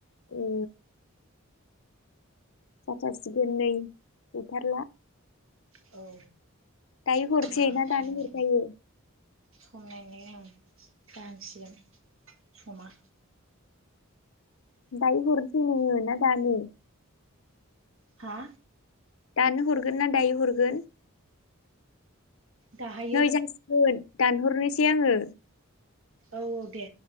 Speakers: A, on the left; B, on the right.
A: ओ जाथासिगोन नै गैथारला।
B: औ।
A: दायो
B: जेरै
A: हरसै
B: आं
A: ना
B: टाइम
A: दानो
B: नायनो
A: हरजायो।
B: सम नायनायनि आं जाहांसिगोन समा।
A: दायो हरसै नोंङो ना दानो।
B: हा?
A: दानो हरगोन ना दायो हरगोन?
B: दाहायो
A: नै जासिगोन। दानहरनोसै आङो।
B: औ औ दे।